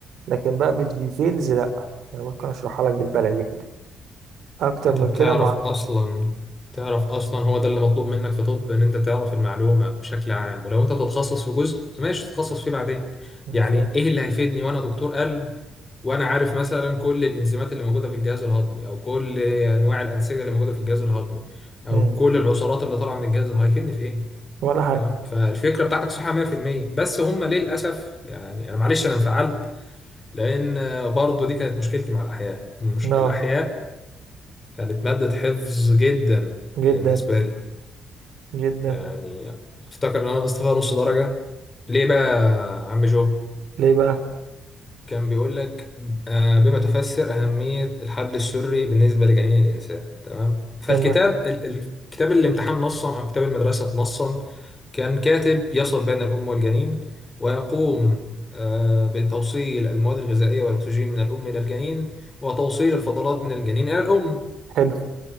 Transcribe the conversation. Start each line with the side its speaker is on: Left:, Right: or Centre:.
Right: لكن بقى بالديتيلز لأ يعني ممكن أشرحها لك بالبلدي كده أكتر من
Left: طب
Right: كده
Left: تعرف
Right: مع
Left: اصلا تعرف اصلا هو ده اللي مطلوب منك في طب ان انت تعرف المعلومه بشكل عام ولو انت تتخصص في جزء ماشي تتخصص فيه بعدين يعني
Right: فهمت
Left: ايه اللي هيفيدني وانا دكتور قلب وانا عارف مثلا كل الانزيمات اللي موجوده في الجهاز الهضمي او كل انواع الانسجه اللي موجوده في الجهاز الهضمي او
Right: مم.
Left: كل العصارات اللي طالعه من الجهاز هيفيدني في ايه
Right: ولا حاجة
Left: تمام فالفكره بتاعتك صحيحه 100% بس هم للاسف يعني انا معلش انا انفعلت لان برضو دي كانت مشكلتي مع الاحياء مش
Right: لا
Left: الاحياء كانت مادة حفظ جدا
Right: جدا
Left: بالنسبة لي
Right: جدا
Left: يعني أفتكر إن أنا نقصت فيها نص درجة ليه بقى يا عم جو؟
Right: ليه بقى
Left: كان بيقول لك آه، بما تفسر أهمية الحبل السري بالنسبة لجنين الإنسان تمام؟ فالكتاب
Right: تمام
Left: ال- ال- كتاب الامتحان نصا أو كتاب المدرسة نصا كان كاتب يصل بين الأم والجنين ويقوم آه، بتوصيل المواد الغذائية والأكسجين من الأم إلى الجنين وتوصيل الفضلات من الجنين إلى الأم
Right: حلو